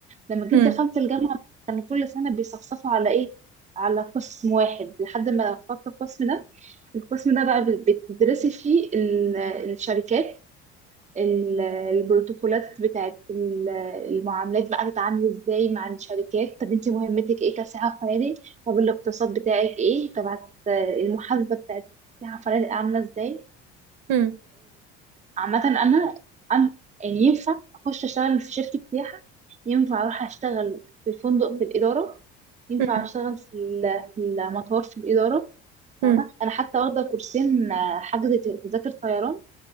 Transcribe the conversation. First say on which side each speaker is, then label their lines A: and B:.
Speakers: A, on the right; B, on the right.
A: لما جيت
B: مم.
A: دخلت الجامعة بقى، كان كل سنة بيصفصفوا على إيه؟ على قسم واحد لحد ما اخترت القسم ده القسم ده بقى بت- بتدرسي فيه ال- الشركات ال- البروتوكولات بتاعت ال- المعاملات بقى تتعاملي ازاي مع الشركات طب انت مهمتك ايه كسائحة فنادق طب الاقتصاد بتاعك ايه طب هت- المحاسبة بتاعت سائحة فنادق عاملة ازاي
B: مم.
A: عامة أنا أنا يعني ينفع أخش أشتغل في شركة سياحة ينفع أروح أشتغل في الفندق في الإدارة ينفع
B: مم.
A: أشتغل في ال- في المطار في الإدارة
B: مم.
A: فاهمة أنا حتى واخدة كورسين آه، حجز ت- تذاكر طيران